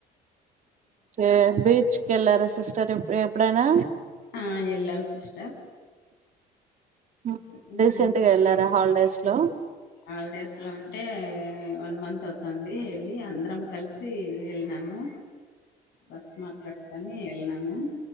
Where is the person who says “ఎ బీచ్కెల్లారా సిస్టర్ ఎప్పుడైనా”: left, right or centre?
Right